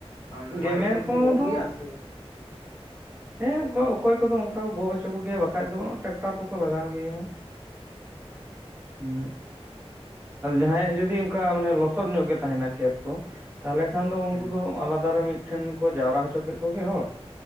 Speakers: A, on the left; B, on the right.
A: ᱟᱢ
B: ᱜᱮᱢᱮᱨ
A: ᱢᱟᱨᱟᱲ ᱛᱮᱜᱮ
B: ᱠᱚᱫᱚ
A: ᱠᱚ ᱜᱚᱜ ᱟᱜᱩᱭᱟ ᱥᱮ
B: ᱦᱮᱸᱻ, ᱚᱠᱟ ᱚᱠᱚᱭ ᱠᱚᱫᱚ ᱚᱝᱠᱟ ᱠᱚ ᱜᱚᱜ ᱦᱚᱪᱚ ᱠᱚᱜᱮᱭᱟ, ᱵᱟᱠᱷᱟᱡ ᱫᱚ ᱴᱟᱠᱴᱟᱨ ᱠᱚᱠᱚ ᱞᱟᱜᱟᱣ ᱜᱮᱭᱟ᱾ ᱩᱸ᱾ ᱟᱫᱚ ᱡᱟᱦᱟᱸᱭᱟᱜ ᱡᱩᱫᱤ ᱚᱝᱠᱟ ᱢᱟᱱᱮ ᱞᱚᱥᱚᱫ ᱧᱚᱜ ᱜᱮ ᱛᱟᱦᱮᱱᱟ ᱠᱷᱮᱛ ᱠᱚ ᱛᱟᱦᱞᱮ ᱠᱷᱟᱱ ᱫᱚ, ᱩᱝᱠᱩ
A: ᱦᱩᱸ
B: ᱫᱚ ᱟᱞᱟᱫᱟ ᱨᱮ ᱢᱤᱜ ᱴᱷᱮᱱ ᱠᱚ ᱡᱟᱣᱨᱟ ᱦᱚᱪᱚ ᱠᱮᱜ ᱠᱚᱜᱮ ᱦᱚᱲᱻ